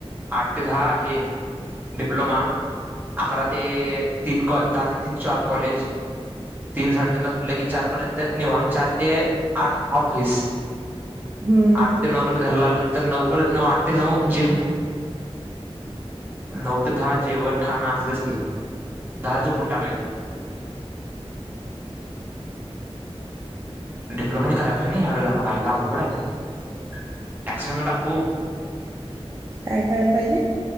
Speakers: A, on the right; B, on the right.
A: आठ ते दहा हे डिप्लोमा, अकरा ते अ तीन कॉ दहा ते तीन चार कॉलेज. तीन साडेतीन ला सुटलं की चार पर्यंत निवांत चार ते आठ ऑफिस.
B: हम्म
A: आठ ते नऊ परत घरला आलं तर नऊ परत नऊ आठ ते नऊ जिम, नऊ ते दहा जेवण खाण असलंस की दहा झोपून टाकायचं डिप्लोमा नाही करायला पाहिजे ना ह्यावेळला मला आईला अवघड आहे ऍक्सट्रनला टाकू
B: काय करायला पाहिजे?